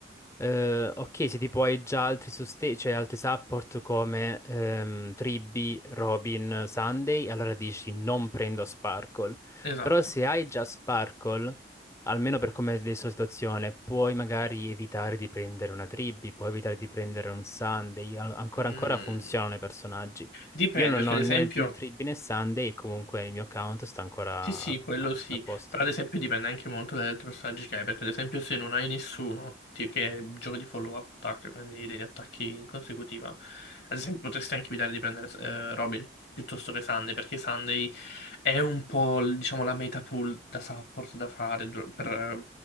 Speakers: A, on the left; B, on the left.
A: eh, ok, se tipo hai già altri sostegni, cioè altri support come ehm, Tribby, Robin, Sunday, allora dici non prendo Sparkle.
B: Esatto.
A: Però se hai già Sparkle, almeno per come è adesso la situazione, puoi magari evitare di prendere una Tribby, puoi evitare di prendere un Sunday, Al- ancora
B: Mm,
A: ancora funzionano i personaggi.
B: Dipende,
A: Io non
B: perché
A: ho
B: ad
A: né,
B: esempio...
A: né Tribby né Sunday e comunque il mio account sta ancora
B: Sì, sì,
A: a
B: quello
A: a-
B: sì,
A: a posto.
B: però ad esempio dipende anche molto dagli altri personaggi che hai, perché ad esempio se non hai nessuno, ti- che giochi di follow-up attack, quindi degli attacchi in consecutiva, ad esempio potresti anche evitare di prendere eh, Robin piuttosto che Sunday, perché Sunday è un po', l- diciamo, la meta pool da support da fare dur- per eh,